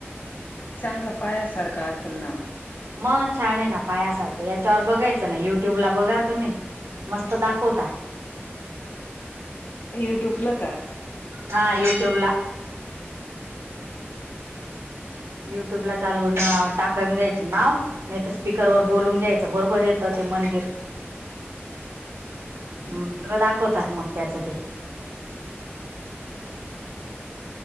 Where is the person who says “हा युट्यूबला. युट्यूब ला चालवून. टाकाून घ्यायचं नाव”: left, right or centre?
Right